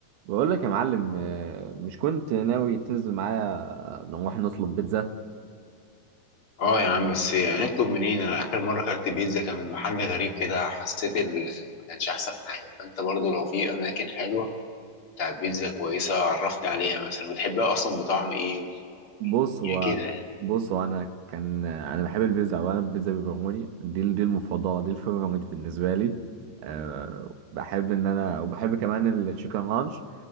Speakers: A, on the right; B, on the left.
A: بقول لك يا معلم آه، مش كنت ناوي تنزل معايا نروح نطلب بيتزا
B: اه يا عم بس يعني نطلب منين انا اخر مره اكلت بيتزا كان من محل غريب كده حسيت ال... ما كانش احسن حاجه فانت برضو لو في اماكن حلوه بتاع بيتزا كويسه عرفني عليها مثلا بتحبها اصلا بطعم ايه و...
A: بص
B: يعني
A: هو
B: كده يعني
A: بص هو انا كان انا بحب البيتزا اولا البيتزا بيبروني دي ال- دي المفضله دي الفيفوريت بالنسبه لي أه بحب ان انا وبحب كمان التشيكن رانش